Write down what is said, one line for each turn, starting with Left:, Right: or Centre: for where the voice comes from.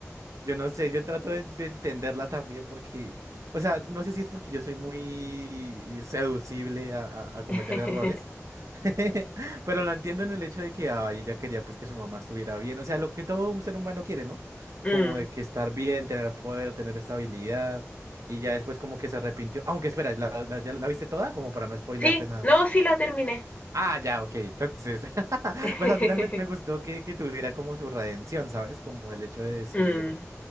Right: yo no sé, yo trato de, de entenderla también porque, o sea, no sé si es porque yo soy muy seducible a, a a cometer
Left: <laughs>
Right: errores. <laughs> Pero la entiendo en el hecho de que ay, ella quería pues que su mamá estuviera bien, o sea, lo que todo un ser humano quiere, ¿no? Como
Left: Mm.
Right: de que estar bien, tener poder, tener estabilidad, y ya después como que se arrepintió. Aunque espera, ¿la, la- ya la viste toda? Como para no spoilearte
Left: Sí,
Right: nada.
Left: no, sí la terminé.
Right: Ah, ya, ok, entonces, <laughs>
Left: <laughs>
Right: pues al final me, me gustó que, que tuviera como su redención, ¿sabes? Como el hecho de decir,
Left: Mm.